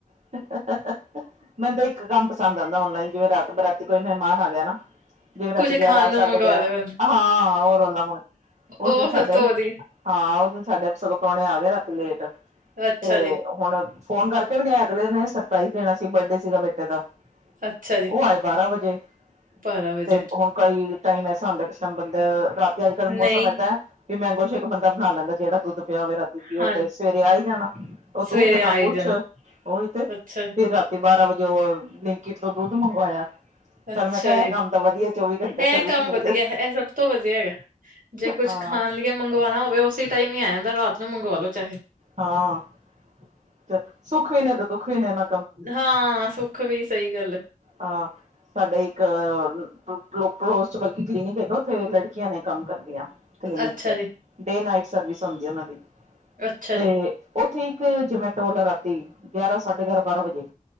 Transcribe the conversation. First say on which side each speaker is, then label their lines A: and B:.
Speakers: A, on the right (about 50°); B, on the right (about 70°).
A: <inaudible> ਮੈਨੂੰ ਤਾਂ ਇੱਕ ਕੰਮ ਪਸੰਦ ਆਂਦਾ ਔਨਲਾਈਨ, ਜਿਵੇਂ ਰਾਤ ਬਰਾਤੀ ਕੋਈ ਮਹਿਮਾਨ ਆ ਗਿਆ ਨਾ ਜਿਵੇਂ ਰਾਤ
B: ਕੁੱਝ
A: ਗਿਆਰਾਂ
B: ਖਾਣ ਨੂੰ
A: ਸਾਢੇ
B: ਮੰਗਵਾ
A: ਗਿਆਰਾਂ,
B: ਲਏ ਬੰਦਾ
A: ਹਾਂ ਹੋਰ ਰੋਲਾ। ਉਸ
B: ਉਹ
A: ਦਿਨ ਸਾਡੇ
B: ਸਭ ਤੋਂ ਵਧੀਆ
A: ਹਾਂ ਉਸ ਦਿਨ ਸਾਡੇ ਸਗੋਂ ਪ੍ਰਾਹੁਣੇ ਆ ਗਏ ਰਾਤੀ ਲੇਟ
B: ਅੱਛਾ
A: ਤੇ
B: ਜੀ
A: ਹੁਣ ਫੋਨ ਕਰਕੇ ਵੀ ਨੀ ਆਏ ਅਗਲੇ ਨੇ ਸਰਪ੍ਰਾਈਜ਼ ਦੇਣਾ ਸੀ ਬਰਡੇ ਸੀਗਾ ਬੇਟੇ ਦਾ
B: ਅੱਛਾ ਜੀ
A: ਉਹ ਆਏ ਬਾਰਾਂ ਵਜੇ,
B: ਬਾਰਾਂ ਵਜੇ
A: ਤੇ ਹੁਣ ਕਈ ਟਾਈਮ ਐਸਾ ਹੁੰਦਾ ਕਿਸ ਟਾਈਮ ਬੰਦਾ ਰਾਤ ਅੱਜ ਕੱਲ ਮੌਸਮ
B: ਨਹੀਂ
A: ਏਦਾਂ ਵੀ ਮੈਂਗੋ ਸ਼ੈਕ ਬੰਦਾ ਬਣਾ ਲੈਂਦਾ ਜਿਹੜਾ ਦੁੱਧ ਪਿਆ ਹੋਵੇ ਰਾਤੀ ਪੀਓ
B: ਹਾਂ
A: ਤੇ, ਸਵੇਰੇ ਆਈ ਜਾਣਾ ਦੁੱਧ
B: ਸਵੇਰੇ
A: ਨਾ
B: ਆ ਹੀ
A: ਕੁੱਛ,
B: ਜਾਣਾ
A: ਉਈ ਤੇ
B: ਅੱਛਾ ਜੀ
A: ਫੇਰ ਰਾਤੀ ਬਾਰਾਂ ਵਜੇ ਉਹ ਬਲਿੰਕੀਟ ਤੋਂ ਦੁੱਧ ਮੰਗਵਾਇਆ।
B: ਅੱਛਾ
A: ਚੱਲ ਮੈਂ ਕਿਹਾ
B: ਜੀ,
A: ਇਹ ਕੰਮ ਤਾਂ ਵਧੀਆ ਚੌਵੀ ਘੰਟੇ
B: ਏ
A: ਸਰਵਿਸ
B: ਕੰਮ
A: ਮਿਲ
B: ਵਧੀਆ
A: ਜਾ
B: ਇਹ ਸਭ ਤੋਂ ਵਧੀਆ ਹੈ। ਜੇ ਕੁਛ
A: ਹਾਂ
B: ਖਾਣ ਲਈ ਮੰਗਵਾਣਾ ਹੋਵੇ ਉਸੇ ਟਾਈਮ ਈ ਆ ਜਾਂਦਾ ਰਾਤ ਨੂੰ ਮੰਗਵਾ ਲੋ ਚਾਹੇ।
A: ਹਾਂ ਚੱਲ ਸੁੱਖ ਵੀ ਨੇ ਤੇ ਦੁੱਖ ਵੀ ਨੇ ਨਾਂ
B: ਹਾਂ ਸੁੱਖ ਵੀ ਸਹੀ ਗੱਲ ਏ
A: ਆਂ। ਸਾਡੇ ਇੱਕ ਪੋਲਸਟ ਵਰਗੀ ਕਲੀਨਿਕ ਹੈਗਾ ਉਥੇ ਲੜਕੀਆਂ ਨੇ ਕੰਮ ਕਰਦੀਆਂ। ਕਲੀਨਿਕ
B: ਅੱਛਾ
A: ਚ
B: ਜੀ
A: ਡੇ-ਨਾਈਟ ਸਰਵਿਸ ਹੁੰਦੀ ਏ ਉਨਾਂ ਦੀ
B: ਅੱਛਾ
A: ਤੇ
B: ਜੀ
A: ਉੱਥੇ ਇੱਕ ਜਮੈਟੋ ਵਾਲਾ ਰਾਤੀ ਗਿਆਰਾਂ-ਸਾਢੇ ਗਿਆਰਾਂ- ਬਾਰਾਂ ਵਜੇ